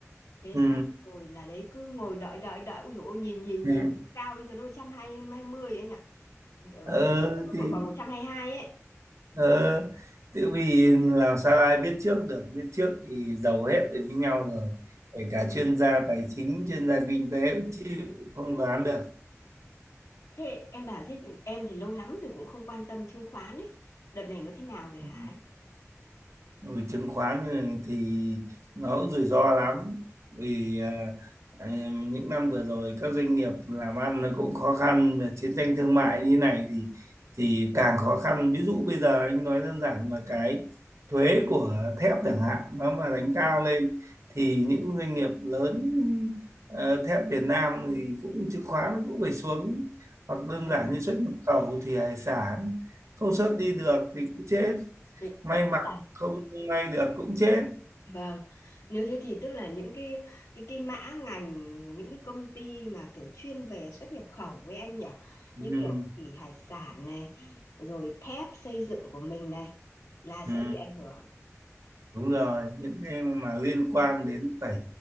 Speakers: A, on the left; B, on the right.
A: Thế
B: ừ
A: xong rồi là đấy cứ ngồi đợi đợi đợi ui dồi ôi nhìn nhìn
B: ừ.
A: nhìn cao bây giờ nó 120 anh ạ. Ờ,
B: ờ
A: Tuần trước nó
B: thì
A: còn 122 ấy.
B: ờ tự vì làm sao ai biết trước được biết trước thì giàu hết rồi với nhau rồi kể cả chuyên gia tài chính chuyên gia kinh tế cũng chịu không đoán được
A: Thế em bảo thế em thì lâu lắm rồi cũng không quan tâm chứng khoán ấy. Đợt này nó thế nào rồi hả
B: Ừ.
A: anh?
B: Ừ, chứng khoán thì thì nó cũng rủi ro lắm vì à, em- những năm vừa rồi các doanh nghiệp làm ăn nó cũng khó khăn và chiến tranh thương mại như này thì thì càng khó khăn ví dụ bây giờ anh nói đơn giản mà cái thuế của thép chẳng hạn nó mà
A: Vâng.
B: đánh cao lên thì những doanh nghiệp lớn ờ, thép Việt Nam thì cũng chứng khoán cũng phải xuống hoặc đơn
A: Ừ,
B: giản như xuất nhập khẩu thì hải sản không xuất đi
A: ừ,
B: được thì cũng chết
A: tức
B: may mà
A: là
B: không may được cũng chết
A: vâng nếu thế thì tức là những cái cái cái mã ngành những cái công ty mà kiểu chuyên về xuất nhập khẩu với anh nhở
B: ừ,
A: như kiểu thủy hải sản này rồi thép xây dựng của mình này là sẽ
B: ừ,
A: bị ảnh hưởng
B: đúng rồi những cái mà liên quan đến phải